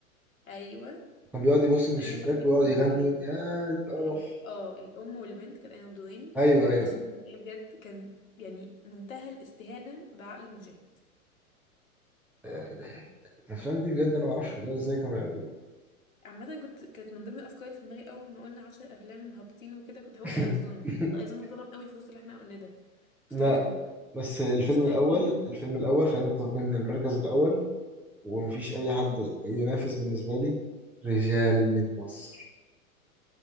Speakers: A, on the left; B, in the centre.
A: أيوه
B: كان بيقعد يبص
A: كانت
B: من الشباك
A: أمينة فتحي قايمة
B: ويقعد يغني
A: بالدورين
B: يا القرف
A: ال- اه الأم والبنت كانت قايمة بدورين
B: ايوه
A: وأقسم
B: ايوه
A: بالله بجد كان يعني منتهى الاستهانة بعقل المشاهد
B: لا إله. الافلام دي بجد انا ما اعرفش بجد ازاي كانوا بيعملوها
A: عامة كنت كانت من ضمن الأفكار في دماغي أول ما قلنا عشر أفلام هابطين وكده كنت هقول أيظنه
B: <laughs>
A: أيظنه اتظلم قوي في وسط اللي احنا قلناه ده مستحيل
B: لا
A: أقوله
B: بس الفيلم
A: مستحيل
B: الاول
A: أقوله
B: الفيلم الاول خلينا متفقين ان المركز الاول ومفيش اي حد ينافس بالنسبه لي رجال من مصر